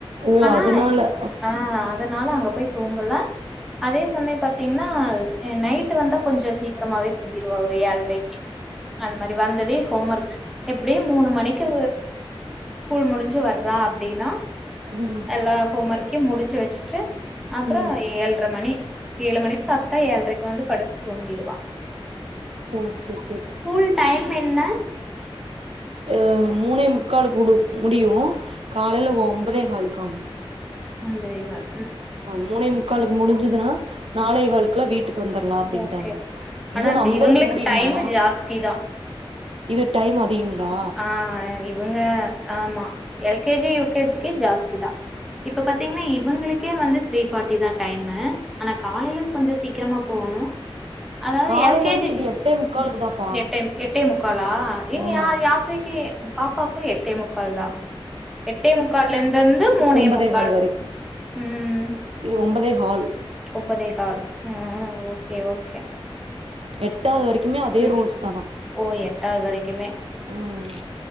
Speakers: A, on the right; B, in the centre.
A: ஓ
B: ஆனா
A: அதனால
B: ஆ அதனால அங்க போய் தூங்கல அதே சமயம் பாத்தீங்கன்னா நைட்டு வந்தா கொஞ்சம் சீக்கிரமாவே தூங்கிடுவா ஒரு ஏழ்ரைக்கி அத மாரி வந்தது ஹோம் ஒர்க் எப்டியும் மூணு மணிக்கு ஸ்கூல் முடிச்சு வர்றா அப்டின்னா
A: ம்
B: எல்லா ஹோம் ஒர்க்கையும் முடிச்சு வச்சுட்டு அப்புறம்
A: ம்
B: ஏழர மணி ஏழு மணிக்கு சாப்பிட்டா ஏழரைக்கு வந்து படுத்து தூங்கிடுவான்
A: ஓ செரி
B: ஸ்கூல் டைம் என்ன
A: அஹ் மூணே முக்காலுக்கு முடியும் காலைல ஒ ம்பதேகாளுக்காமும்
B: ஒன்பதேகால்
A: மூணே முக்காலுக்கு முடிஞ்சுதுன்னா நாளை காலுக்குல்லாம் வீட்டுக்கு வந்துரலாம் அப்படின்ட்டாங்க
B: ஓகே ஆனா
A: மூணு ஐம்பதுக்கு
B: இவங்களுக்கு
A: முடியுமாமா
B: டைம் ஜாஸ்தி தா
A: இது டைம் அதிகங்ளா
B: ஆ இவங்க ஆமா எல்கேஜி யுகேஜி க்கே ஜாஸ்தி தான் இப்ப பாத்தீங்கன்னா இவங்களுக்கே வந்து த்ரீ ஃபாட்டி தான் டைமு ஆனா காலைல கொஞ்ஜொம் சீக்கிரமா போவணும் அதாது
A: காலைல
B: எல் கே
A: வந்து
B: ஜி
A: இது எட்டே முக்காலுக்கு தாப்பா
B: எட்ட எட்டை முக் லா இன்யா
A: ம்
B: லாஸ்ட் விக்கே பாப்பாக்கு எட்டே முக்கால் தா எட்டே முக்கால்லேந்துந்து மூனே
A: ஒம்பதே
B: முக்கால்
A: கால் வரைக்கு
B: ம்
A: இது ஒம்பதே கால்
B: ஒம்பதே காழ் ம் ஓகே ஓகே
A: எட்டாவது வரைக்குமே அதே
B: ம்
A: ரூல்ஸ் தானா
B: ஓ எட்டாவது வரைக்குமே
A: ம்